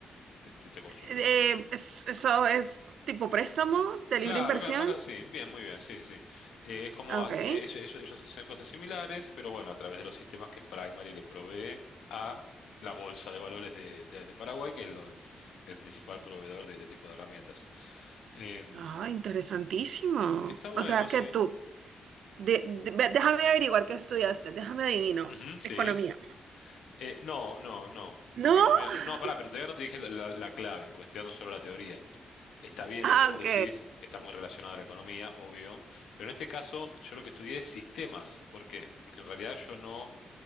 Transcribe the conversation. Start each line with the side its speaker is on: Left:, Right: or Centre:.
Left: Te, te te consulto
Right: Eh,
Left: de paso.
Right: es- eso es tipo préstamo de
Left: Claro,
Right: libre inversión.
Left: claro, una cosa así. Bien, muy bien, sí, sí, sí. Eh, es como
Right: Ah, Ok.
Left: hace- eh, ellos, ellos- ellos hacen cosas similares, pero bueno, a través de los sistemas que Primary le provee a la bolsa de valores de, de- de Paraguay, que es lo- el principal proveedor de este tipo de herramientas. Em,
Right: Ah, interesantísimo.
Left: est- está bueno,
Right: O sea
Left: sí.
Right: que tú, de- de- ve- déjame averiguar qué estudiaste, déjame adivino.
Left: Ujú, sí.
Right: Economía.
Left: Eh, no, no, no.
Right: ¿No?
Left: Aunque no, mira,
Right: <laughs>
Left: no, no, pará, pero todavía no te dije la, la- la clave, porque estoy dando solo la teoría. Está bien
Right: Ah,
Left: lo que vos
Right: ok.
Left: decís, está muy relacionado a la economía, obvio, pero en este caso yo lo que estudié es sistemas. ¿Por qué? Porque en realidad yo no,